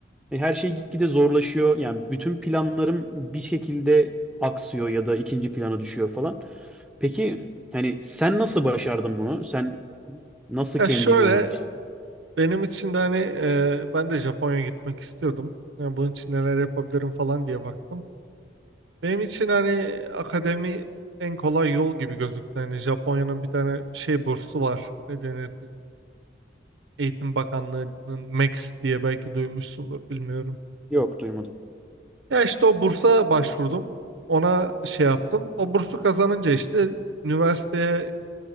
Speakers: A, in the centre; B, on the right (about 80°).
A: e, her şey gitgide zorlaşıyor. Yani bütün planlarım bir şekilde aksıyor ya da ikinci plana düşüyor falan. Peki hani sen nasıl başardın bunu? Sen nasıl
B: Ya
A: kendi
B: şöyle
A: yolunu çizdin?
B: benim için de hani e, ben de Japonya'ya gitmek istiyordum. Yani bunun için neler yapabilirim falan diye baktım. Benim için hani akademi en kolay yol gibi gözüktü. Hani Japonya'nın bir tane şey bursu var. Ne denir? Eğitim Bakanlığı'nın MEX diye belki duymuşsundur bilmiyorum.
A: Yok duymadım.
B: Ya işte o bursa başvurdum. Ona şey yaptım. O bursu kazanınca işte üniversiteye